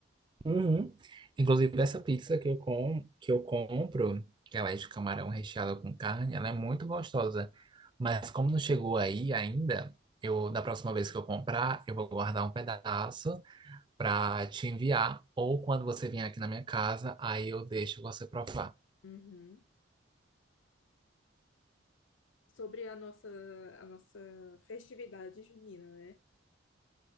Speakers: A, on the right; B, on the left.
A: Uhum. Inclusive, essa pizza que eu, com, que eu compro, que ela é de camarão recheado com carne, ela é muito gostosa. Mas como não chegou aí ainda, eu da próxima vez que eu comprar, eu vou guardar um pedaço para te enviar. Ou quando você vier aqui na minha casa, aí eu deixo você provar.
B: Uhum. Sobre a nossa, a nossa festividade junina, né?